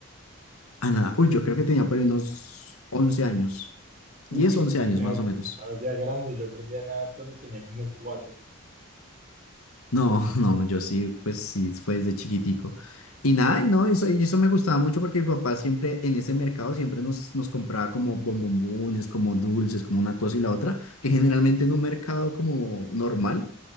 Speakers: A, on the left; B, on the right.
A: a nada. Uy, yo creo que tenía por ahí unos 11 años,
B: Uy,
A: 10
B: estabas
A: 11 años
B: ya,
A: más o menos.
B: estabas ya grande. Yo aprendí a nadar cuando tenía como cuatro.
A: No, <laughs> no, yo sí, pues sí, fue desde chiquitico. Y nada, y no, eso, y eso me gustaba mucho porque mi papá siempre en ese mercado siempre nos, nos compraba como bombombones, como dulces, como una cosa y la otra, que generalmente en un mercado como normal,